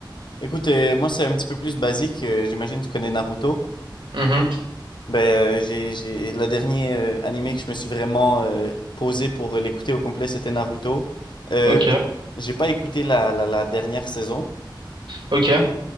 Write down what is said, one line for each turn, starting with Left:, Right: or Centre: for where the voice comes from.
Left: Écoute, euh, moi, c'est un petit peu plus basique. euh, j'imagine que tu connais Naruto.
Right: Mhm.
Left: Ben, euh, j'ai, j'ai, le dernier euh, animé que je me suis vraiment euh, posé pour l'écouter au complet, c'était Naruto. Euh,
Right: Ok,
Left: J'ai pas écouté la, la, la dernière saison.
Right: ok.